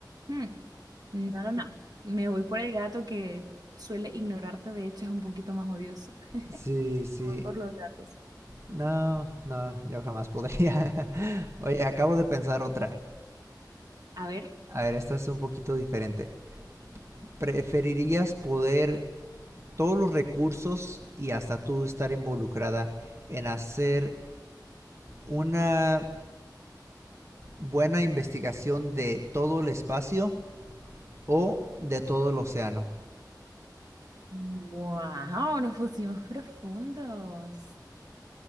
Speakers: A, on the right; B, on the right.
A: "Hmm, no, no, no, me voy por el gato que suele ignorarte, de hecho es un poquito más odioso.
B: Sí,
A: Me
B: sí.
A: Voy por los gatos.
B: No, no, yo jamás podría. <laughs> Oye, acabo de pensar otra.
A: A ver,
B: A ver, esta es un poquito diferente. ¿Preferirías poder todos los recursos y hasta tú estar involucrada en hacer una buena investigación de todo el espacio o de todo el océano?
A: Wow, nos pusimos profundos,